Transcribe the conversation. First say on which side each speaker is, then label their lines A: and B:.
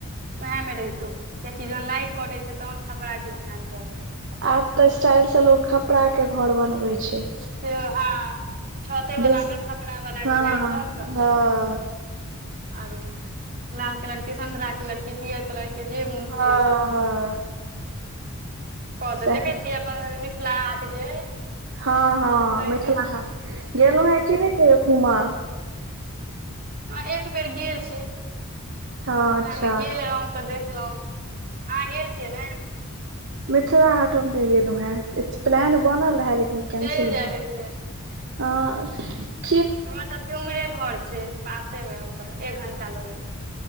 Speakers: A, on the right; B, on the right.
A: वएह मे रहितो किया कि जहन लाइट कटे छै तहन खपरा के ध्यान पड़ै छै
B: आब तऽ स्टाइल से लोग खपरा के घर बनवै छै
A: से हँ छतेवला
B: देश
A: मे खपरा वला
B: हँ
A: डिजाइन दऽ कऽ
B: हँ
A: आरो लाल कलर के संतरा कलर के पियर कलर के जे मोन
B: हँ
A: से
B: हँ
A: कह त
B: सएह
A: देखै छियै अपन मिथिला हाट जे
B: हँ हँ
A: ताहिमे
B: मिथिला हाट गेलो हं की नहि घूमा
A: हां एक बेर गेल छी ओह
B: हँ अच्छा
A: मे गेल तऽ देखलै आहाँ गेल छियै ने
B: मिथिला हाट हम नहि गेलौ हं इ स प्लान बनल रहै लेकिन कैंसिल
A: चलि जायब
B: भ गेल
A: एक बेर
B: हाँ
A: हमर सब के उमरे घर छै पासे मे ओकर एक घंटा लगै छै